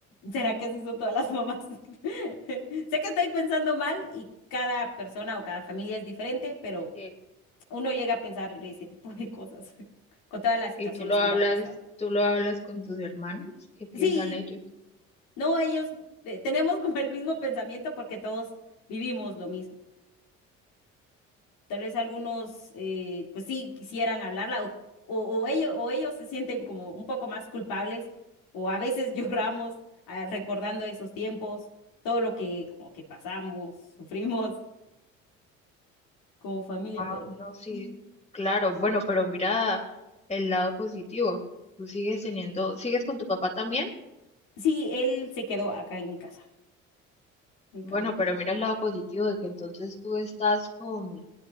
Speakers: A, on the left (about 55°); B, on the left (about 15°).
A: ¿será que así son todas las mamás? <laughs> Sé que estoy pensando mal y cada persona o cada familia es diferente, pero
B: Sí.
A: uno llega a pensar ese tipo de cosas <laughs> con todas las situaciones
B: y tú lo hablas,
A: que uno ha pasado.
B: tú lo hablas con tus hermanos, ¿qué piensan
A: Sí,
B: ellos?
A: No, ellos eh, tenemos como el mismo pensamiento porque todos vivimos lo mismo. Tal vez algunos, eh, pues sí, quisieran hablarla o, o, o ellos, o ellos se sienten como un poco más culpables o a veces <laughs> lloramos ah, recordando esos tiempos, todo lo que como que pasamos, sufrimos como familia,
B: Ah,
A: pero
B: no, sí,
A: mm,
B: claro, bueno, pero mira el lado positivo, tú sigues teniendo, ¿sigues con tu papá también?
A: sí, él se quedó acá en mi casa, únicamente.
B: Bueno, pero mira el lado positivo de que entonces tú estás con,